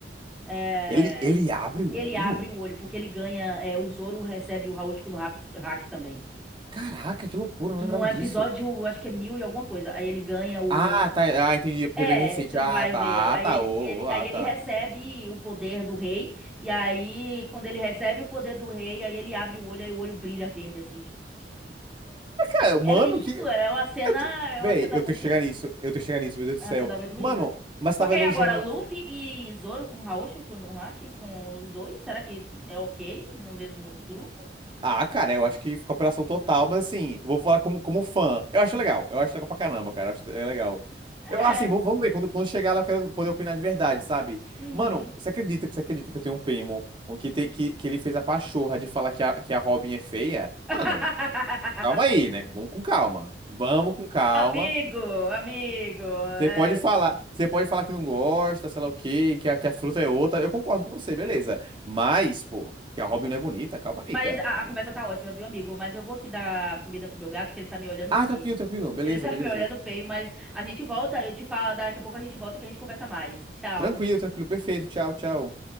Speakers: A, in the centre; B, on the right.
A: É,
B: ele, ele abre o
A: ele
B: olho?
A: abre o olho porque ele ganha. é, o Zoro recebe o Raoshi no hack também.
B: Caraca, que loucura,
A: Num
B: eu não lembrava
A: episódio,
B: disso.
A: eu acho que é mil e alguma coisa. Aí ele ganha o.
B: Ah, tá, ah, entendi, porque
A: É,
B: é bem recente.
A: você não
B: Ah,
A: vai
B: tá,
A: ver. Aí
B: ah, tá,
A: ele,
B: ô,
A: ele,
B: ô,
A: aí
B: ah, tá.
A: ele recebe o poder do rei. E aí, quando ele recebe o poder do rei, aí ele abre o olho, aí o olho brilha verde, assim, tipo.
B: Caraca, mano,
A: É lindo,
B: que.
A: é uma cena,
B: Eu te...
A: é
B: Véi,
A: uma cena
B: eu
A: muito,
B: tenho que chegar nisso. Eu tenho que chegar nisso, meu Deus
A: é
B: do céu.
A: uma cena muito bonita.
B: Mano, mas tava
A: Só que
B: elogiando.
A: aí agora, Luffy e Zoro com Haoshu, com Nohaki, com os dois, será que é ok no mesmo grupo?
B: Ah, cara, eu acho que ficou apelação total, mas assim, eu vou falar como, como fã. Eu
A: Hum.
B: acho legal. Eu acho legal pra caramba, cara. Eu acho é legal.
A: É,
B: Eu, assim, vamos vamos ver. Quando, quando chegar lá, eu quero poder opinar de verdade, sabe?
A: uhum.
B: Mano, você acredita que você acredita que eu tenho um primo um que, tem, que, que ele fez a pachorra de falar que a, que a Robin é feia?
A: <laughs>
B: Mano, calma aí, né? Vamos com calma. Vamos com calma.
A: Amigo, amigo,
B: Você
A: é,
B: pode falar, você pode falar que não gosta, sei lá o quê, que a, que a fruta é outra. Eu concordo com você, beleza. Mas, pô, que a Robin
A: não.
B: não é bonita, calma
A: Mas
B: aí, cara.
A: a,
B: calma
A: a conversa
B: aí.
A: tá ótima, viu, amigo? Mas eu vou aqui dar comida pro meu gato, que ele tá me olhando
B: Ah,
A: feio.
B: tranquilo, tranquilo. Beleza,
A: Ele tá
B: beleza.
A: <laughs> me olhando feio, mas a gente volta, eu te falo, daqui a pouco a gente volta que a gente conversa mais. Tchau.
B: Tranquilo, tranquilo, perfeito. Tchau, tchau.